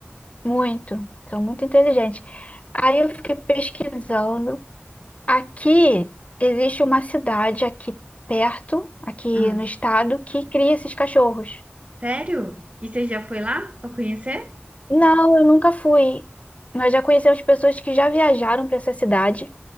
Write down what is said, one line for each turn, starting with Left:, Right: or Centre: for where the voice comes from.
Left: Muito. São muito inteligentes. Aí eu fiquei pesquisando. Aqui existe uma cidade aqui perto, aqui
Right: Ah,
Left: no estado, que cria esses cachorros.
Right: sério? E você já foi lá para conhecer?
Left: Não, eu nunca fui. Nós já conhecemos pessoas que já viajaram para essa cidade,